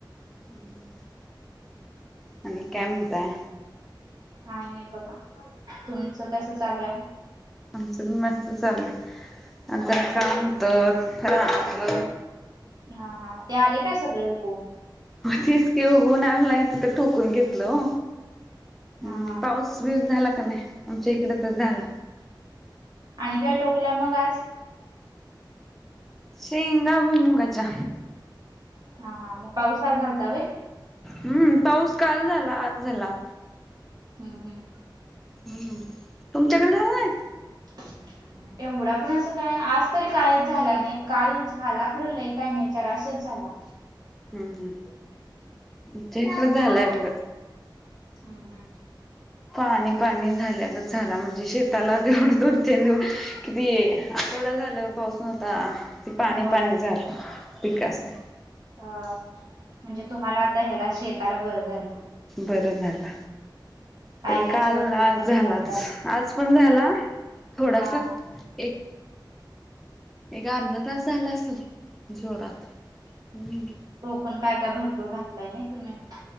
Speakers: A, in the centre; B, on the right.
A: ह ह. आणि काय म्हणताय?
B: काय नाही बघा, तुमचं कसं चालू आहे?
A: आमचं पण मस्त चालूयं,
B: हम्म
A: आमचं जरा काम होतं रानातलं.
B: हा हा, ते आलयं काय सगळं उगवून?
A: हो तेच की ओ उन्ह आलाय तिथ ठोकून घेतलं ओ
B: हा
A: हम्म
B: हा
A: पाऊस <unintelligible> झाला का नाय आमच्या इकड तर झाला.
B: आणि काय टोकल्या मग आज
A: शेंगा भुई मुंगाच्या
B: हा हा म पाऊस आज आलता व्हय?
A: हम्म पाऊस काल झाला आज झाला.
B: हम्म हम्म.
A: हम्म तुमच्याकड झाला नाय?
B: <unintelligible> एवढा पण असं काय आज तरी कायच झाला नाय काल झाला खर लय काय नाय जरासंच झाला.
A: हूं हूं आमच्याइकडं झालाय बघा.
B: हम्म हम्म.
A: पाणी पाणी झाल्यागत झाला म्हणजे शेताला जेवढं दोन तीन दिवस किती आठवडं झालं पाऊस नव्हता ते पाणी
B: होय
A: पाणी झालं पिकासनी.
B: अ म्हणजे तुम्हाला आता ह्याला शेताला बरं झालं.
A: बरं झालं
B: काय
A: तरी
B: काय
A: काल
B: सगळं टोकन
A: आज झालाच
B: घातलाय
A: आज पण झाला. थोडासा
B: हा हा
A: एक एक अर्धा तास झाला असल जोरात हम्म
B: कोकमं काय काय भरपूर घातलाय नाय तुम्ही